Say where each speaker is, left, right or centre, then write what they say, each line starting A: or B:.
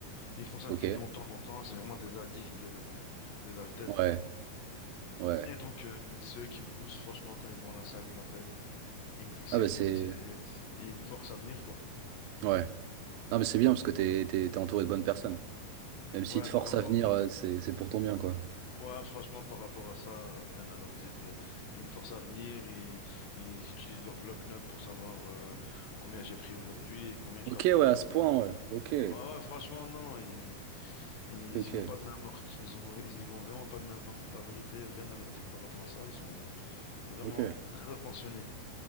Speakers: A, on the left (about 80°); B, on the right (about 90°).
A: Ils font ça
B: Ok,
A: depuis longtemps, longtemps. C'est vraiment des addicts de, des haltères.
B: ouais. Ouais.
A: Et donc, euh, c'est eux qui me poussent. Franchement, quand ils vont à la salle, ils m'appellent. Ils me- C'est
B: Ah bah
A: limite,
B: c'est.
A: euh, ils me forcent à venir, quoi.
B: Ouais. Non mais c'est bien parce que t'es t'es- t'es entouré de bonnes personnes. Même s'ils
A: Ouais,
B: te forcent
A: par rapport,
B: à venir, euh, c'est c'est pour ton bien, quoi.
A: Ouais, franchement, par rapport à ça, euh, rien à leur dire. euh, Ils me forcent à venir, ils, ils utilisent leur bloc-notes pour savoir euh, combien j'ai pris aujourd'hui et combien
B: Ok,
A: je dois prendre.
B: ouais, à ce
A: au-
B: point, ouais. Ok.
A: Ouais, ouais, franchement, non, non, ils, ils
B: Ok,
A: y vont
B: ok.
A: pas de main morte. Ils ont, ils y vont vraiment pas de main morte. La vérité, rien à leur dire par rapport à ça. Ils sont vraiment
B: Ok.
A: très attentionnés.